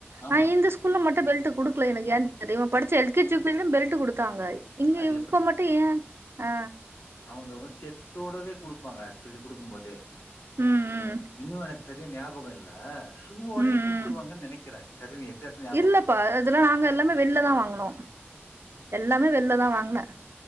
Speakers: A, on the left; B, on the right.
A: ஆமா.
B: ஆ இந்த ஸ்கூல் ஸ்கூல்ல மட்டும் பெல்ட் குடுக்கல எனக்கு ஏ தெர்ல இவன் படிச்ச எல் கே ஜியும் கூட பெல்ட் குடுத்தாங்க இங்க
A: அது
B: இப்ப மட்டும் ஏன் ஆ
A: அவுங்க செட்டோடவே கொடுப்பாங்க ஆக்சுவலி குடுக்கும் போதே
B: ம் ம்
A: இன்னும் எனக்கு சரியா ஞாபகம் இல்ல ஸ்சூவோடையும்
B: ம்
A: குடுத்துருவாங்கனு
B: ம்
A: நினைக்கிறேன் சரி எக்ஸ்ஸாட்டா
B: இல்லப்பா இதெல்லாம் நாங்க எல்லாமே வெள்ல தான் வாங்கனோம் எல்லாமே வெள்ல தான் வாங்கன